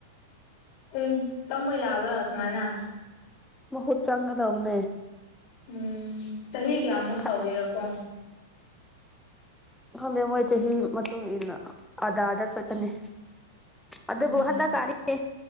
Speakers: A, on the left; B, in the centre.
A: ꯎꯝ ꯆꯪꯕ ꯌꯥꯕ꯭ꯔꯥ ꯑꯁꯃꯅ
B: ꯃꯍꯠ ꯆꯥꯡꯒꯥ ꯊꯝꯅꯦ
A: ꯎꯝ ꯆꯍꯤ ꯀꯌꯥꯃꯨꯛ
B: ꯈ
A: ꯇꯧꯒꯦꯔꯀꯣ
B: ꯍꯗꯦ ꯃꯣꯏꯣꯏ ꯆꯍꯤ ꯆꯍꯤꯍꯤ ꯃ ꯏꯅ ꯑꯗꯥꯗ
A: ꯎꯝ
B: ꯅꯤ ꯑꯗ
A: ꯎꯝ
B: ꯣꯍꯟꯗ ꯀꯥꯔꯤ ꯑꯦ